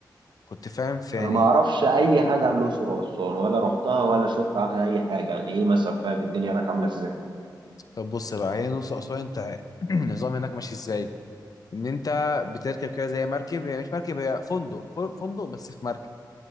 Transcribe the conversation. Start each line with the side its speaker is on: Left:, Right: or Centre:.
Left: كنت فاهم في يعني
Right: انا ما اعرفش اي حاجه عن الاقصر واسوان ولا رحتها ولا شفت عنها اي حاجه يعني ايه مثلا فاهم الدنيا هناك عامله ازاي
Left: طب بص بقى هي الاقصر واسوان انت <clears throat> النظام هناك ماشي ازاي ان انت بتركب كده زي مركب هي مش مركب هي فندق فن- فندق بس في مركب